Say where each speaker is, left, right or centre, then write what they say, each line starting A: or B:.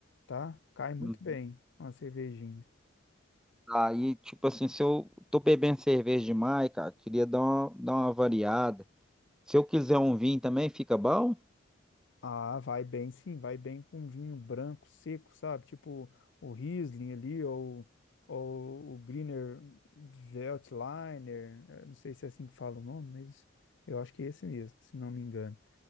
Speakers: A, on the left; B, in the centre.
A: tá? Cai muito
B: Hum.
A: bem uma cervejinha.
B: Aí, tipo assim, se eu tô bebendo cerveja demais, cara, queria dar uma, dar uma variada. Se eu quiser um vinho também, fica bom?
A: Ah, vai bem, sim, vai bem com vinho branco seco, sabe? Tipo o Riesling ali, ou, ou o Grüner Veltliner, eh, não sei se é assim que fala o nome, mas eu acho que é esse mesmo, se não me engano.